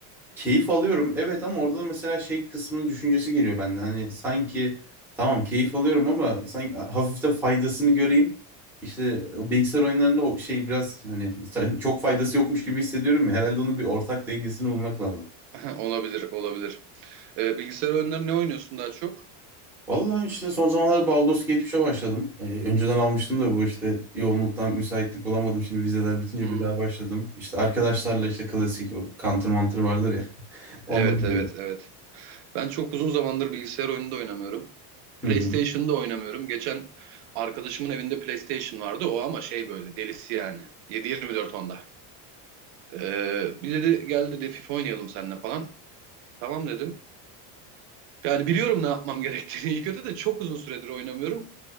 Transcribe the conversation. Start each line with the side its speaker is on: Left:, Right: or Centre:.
Centre: keyif alıyorum. Evet ama orada da mesela şey kısmının düşüncesi geliyor bende. Hani sanki tamam keyif alıyorum ama sanki hafif de faydasını göreyim. İşte e, o bilgisayar oyunlarında o şey biraz hani <laughs> çok faydası yokmuş gibi hissediyorum ya. Herhalde onun bir ortak dengesini bulmak lazım.
Right: <laughs> Olabilir, olabilir. E, bilgisayar oyunları ne oynuyorsun daha çok?
Centre: Vallahi işte son zamanlarda Baldur's Gate 3'e başladım. Ee, önceden almıştım da bu işte yoğunluktan müsaitlik bulamadım. Şimdi vizeler bitince
Right: Hmm,
Centre: bir daha başladım. İşte arkadaşlarla işte klasik o Counter Mantır vardır ya. <laughs> Onları
Right: evet, evet, evet. Ben çok uzun zamandır bilgisayar oyunu da oynamıyorum.
Centre: diyelim.
Right: PlayStation'da oynamıyorum. Geçen arkadaşımın evinde PlayStation vardı. O ama şey böyle delisi yani. 7-24 onda. Ee, bir dedi gel dedi FIFA oynayalım seninle falan. Tamam dedim. Yani biliyorum ne yapmam <laughs> gerektiğini iyi kötü de çok uzun süredir oynamıyorum.